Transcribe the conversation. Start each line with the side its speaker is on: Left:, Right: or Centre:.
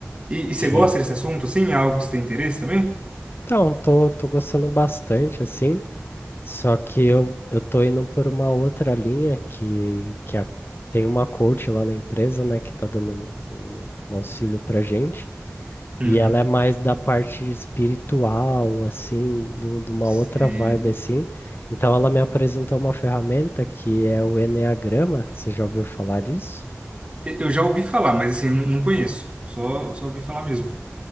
Right: E, e
Left: Sim.
Right: você gosta desse assunto, assim? É algo que você tem interesse também?
Left: Então, tô, tô gostando bastante, assim, só que eu, eu tô indo por uma outra linha que, que a- tem uma coach lá na empresa, né, que tá dando um, um auxílio pra gente,
Right: Uhum,
Left: e ela é mais da parte espiritual, assim, do, de uma
Right: Você-
Left: outra vibe, assim. Então, ela me apresentou uma ferramenta que é o Enneagrama, você já ouviu falar disso?
Right: Eu já ouvi falar, mas assim, não, não conheço. Só, só ouvi falar mesmo.